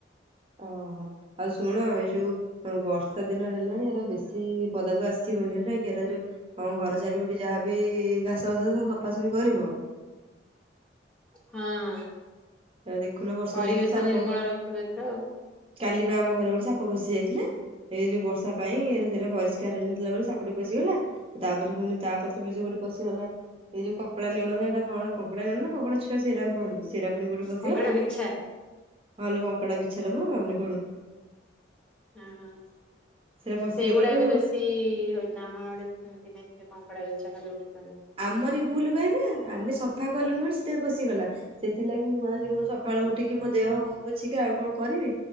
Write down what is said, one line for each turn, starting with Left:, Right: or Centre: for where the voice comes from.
Right: ଅହୋ। ଆଉ ଶୁଣ ଏଇ ଯୋଉ ବର୍ଷା ଦିନ ହେଲାଣି, ଏରା ବେଶୀ ପଦାକୁ ଆସିବନି ହେଲା, ଏରା ଯୋଉ ଘର ଚାରିପଟେ ଯାହା ବିି ଘାସ ଫାସ ସଫାସଫି କରିବ।
Centre: ହଁ
Right: ଏ ଦେଖୁନ ବର୍ଷା
Centre: ପରିବେଶ
Right: ଦିନେ କିନ୍ତୁ ସାପ
Centre: ନିର୍ମଳ ରଖିବି, ଏଥର ଆଉ।
Right: କାଲି ବା ଆମ ଘରେ ଗୋଟେ ସାପ ପସିି ଯାଇଥିଲା। ଏଇ ଯୋଉ ବର୍ଷା ସେଥିପାଇଁ ସେଟା ପରିଷ୍କାର ହେଇନଥିଲା ବୋଲି ସାପଟେ ପଶିଗଲା, ତାପରେ ପୁଣି ତା ପଛେ ପଛେ ଗୋଟେ ପଶିଗଲା, ଏଇ ଯଉ କଙ୍କଡା ନେଉଳ ନାଟା କଣ କଙ୍କଡା ନେଉ ନା କଙ୍କଡା ଛୁଆ ସେରାକୁ କୁହନ୍ତି ସେରା <unintelligible> ଗୋଟ ବସିଗଲା।
Centre: କଙ୍କଡା ବିଛା
Right: ଆଉଲ କଙ୍କଡ଼ା ବିଛା ଲ
Centre: ହଁ ହଁ
Right: ସେଟା ପଶିଗଲାଠୁ
Centre: ସେଗୁଡା ବି ବେଶୀ ହଉଛି ନା ଆମ ଆଡେ ବି ସେମିତି କଙ୍କଡା ଇଛାଲି ଉଠୁ
Right: ଆମରି ଭୁଲ ପାଇବା ଆମେ ସ ସଫା କଲିଣିି ମ ସେତ ପଶିଗଲା ସେଥିଲାଗି, ମୁଁ ଆଜି ମୋର ସକାଳୁ ଉଠିକି ମୋ ଦେହ ହଉ ପୋଛିିକି, ଆଉ କଣ କରିବି